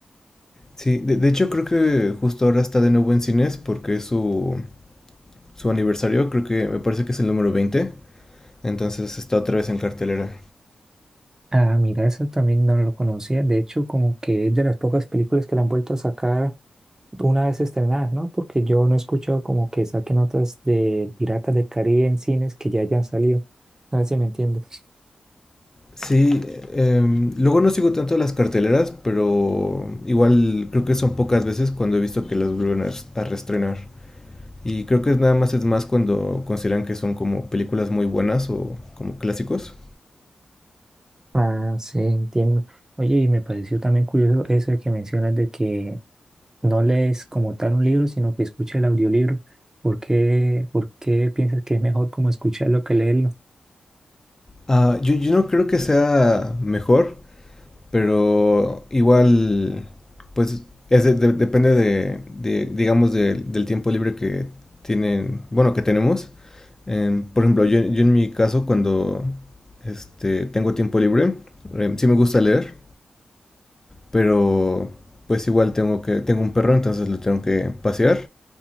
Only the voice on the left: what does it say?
Sí, de, de hecho creo que justo ahora está de nuevo en cines porque es su, su aniversario, creo que me parece que es el número 20 entonces está otra vez en cartelera.
Sí, em, luego no sigo tanto las carteleras, pero igual creo que son pocas veces cuando he visto que las vuelven a, res- a reestrenar. Y creo que es nada más es más cuando consideran que son como películas muy buenas o como clásicos.
Ah, yo, yo no creo que sea mejor, pero igual, pues es de- de- depende de, de, digamos, de- del tiempo libre que tienen, bueno, que tenemos. Em, por ejemplo, yo, yo en mi caso, cuando este, tengo tiempo libre, em, sí me gusta leer, pero pues igual tengo que, tengo un perro, entonces lo tengo que pasear.